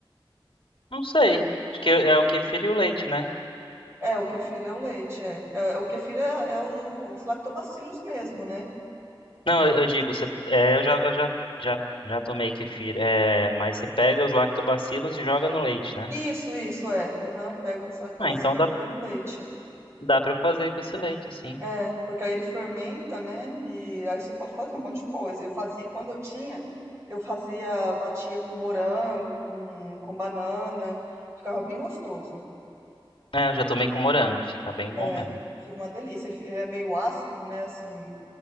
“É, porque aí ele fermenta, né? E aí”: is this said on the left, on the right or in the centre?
Right